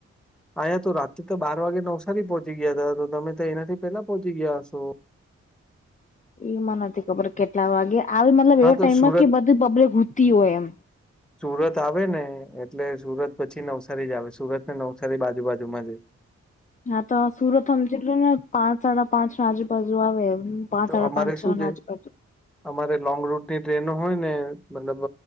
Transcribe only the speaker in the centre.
આયા તો રાત્ર તો બાર આઠ વાગે નવસારી પહોંચી ગયા હતા તો તમે તો એનાથી પેલા પહોચ ગયા હશો.
હા
તો
સુરત
સુરત આવે ને એટલે સુરત પછી નવસારી નવસારી જ આવે સુરત ને નવસારી બાજુ બાજુમાં જ હે
તો
અમારે
શું
છે
અમારે લોંગ રૂટની ટ્રેનો હોય, ને મતલબ